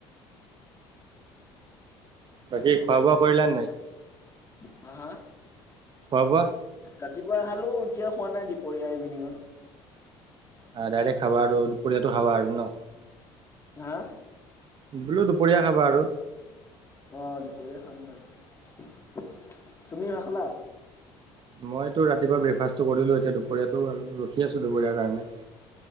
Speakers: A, on the right (about 45°); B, on the left (about 25°).
A: বাকী খোৱা বোৱা কৰিলা নাই?
B: হা হা?
A: খোৱা বোৱা?
B: ৰাতিপুৱা খালো এতিয়া খোৱা নাই দুপৰীয়া ইভিনিঙত।
A: আহ ডাইৰেক্ট খাবা আৰু দুপৰীয়াতো খাবা আৰু ন
B: হা
A: বোলো দুপৰীয়া খাবা আৰু
B: অ দুপৰীয়া খাম বাৰু তুমি ভাত খালা
A: মইতো ৰাতিপুৱা ব্ৰেকফাষ্টটো কৰিলো এতিয়া দুপৰীয়াতটো ৰখি আছো দুপৰীয়াৰ কাৰণে